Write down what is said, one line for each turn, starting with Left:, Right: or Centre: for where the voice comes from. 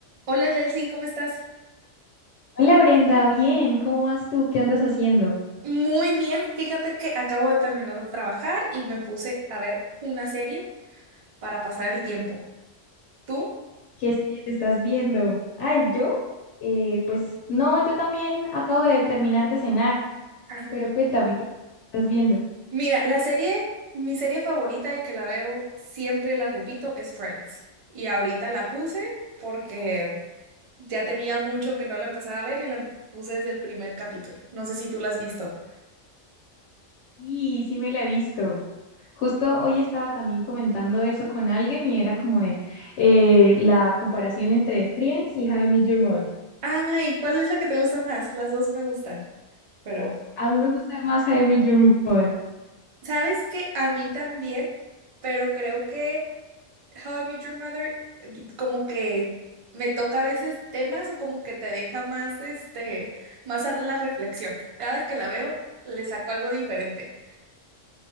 Right: Hola Lelsi, ¿cómo estás?
Left: Hola Brenda, bien, ¿cómo vas tú? ¿Qué andas haciendo?
Right: Muy bien, fíjate que acabo de terminar de trabajar y me puse a ver una serie para pasar el tiempo. ¿Tú?
Left: ¿Qué serie te estás viendo? Ay, yo, eh, pues no, yo también acabo de terminar de cenar,
Right: Ah,
Left: pero
Right: mu-
Left: cuéntame, ¿qué estás viendo?
Right: mira, la serie, mi serie favorita y que la veo siempre, la repito, es Friends. Y ahorita la puse porque ya tenía mucho que no la empezaba a ver y la puse desde el primer capítulo. No sé si tú la has visto.
Left: Sí, sí me la he visto. Justo hoy estaba también comentando eso con alguien y era como de eh, la comparación entre Friends y How I Met Your Mother.
Right: Ay, ¿cuál es la que te gusta más? Las dos me gustan, pero
Left: A mí me gusta más How I Met Your Mother.
Right: ¿sabes qué? A mí también, pero creo que... How I Met Your Mother eh, como que me toca a veces temas o como que te deja más, este, más a la reflexión. Cada que la veo, le saco algo diferente.